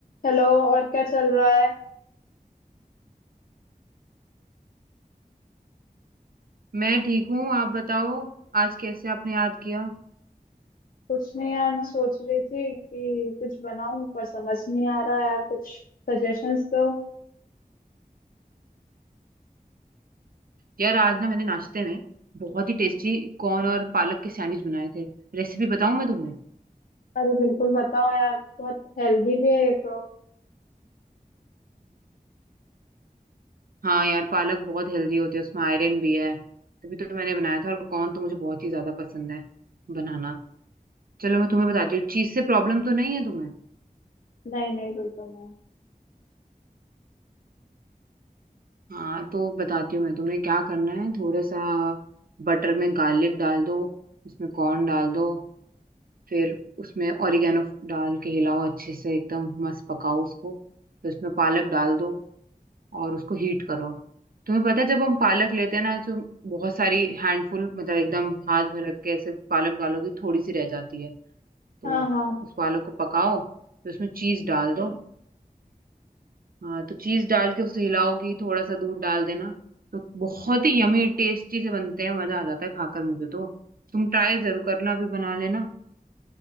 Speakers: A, on the left (about 70°); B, on the right (about 70°).
A: हेलो और क्या चल रहा है
B: मैं ठीक हूँ आप बताओ आज कैसे आपने याद किया
A: कुछ नहीं यार मैं सोच रही थी कि कुछ बनाऊं पर समझ नहीं आ रहा यार कुछ सजेशंस दो
B: यार आज ना मैंने नाश्ते में बहुत ही टेस्टी कॉर्न और पालक के सैंडविच बनाए थे रेसिपी बताऊँ मैं तुम्हें
A: अरे बिल्कुल बताओ यार बहुत हेल्दी भी है ये तो
B: हाँ यार पालक बहुत हेल्दी होती है उसमें आयरन भी है तभी तो मैंने बनाया था और कॉर्न तो मुझे बहुत ही ज्यादा पसंद है बनाना चलो मैं तुम्हें बताती हूँ चीज से प्रॉब्लम तो नहीं है तुम्हें
A: नहीं नहीं बिल्कुल नहीं
B: हाँ तो बताती हूँ मैं तुमने क्या करना है थोड़ा सा बटर में गार्लिक डाल दो उसमें कॉर्न डाल दो फिर उसमें ओरिगेनो डाल के हिलाओ अच्छे से एकदम मस्त पकाओ उसको फिर उसमें पालक डाल दो और उसको हीट करो तुम्हें पता है जब हम पालक लेते हैं ना तो बहुत सारी हैंडफुल मतलब एकदम हाथ भर के ऐसे पालक डालोगे थोड़ी सी रह जाती है तो
A: हाँ हाँ हाँ
B: उस पालक को पकाओ फिर उसमें चीज डाल दो हाँ तो चीज डाल के उसे हिलाओगी थोड़ा सा दूध डाल देना तो बहुत ही यमी टेस्टी से बनते हैं मजा आ जाता है खाकर मुझे तो तुम ट्राई जरूर करना अभी बना लेना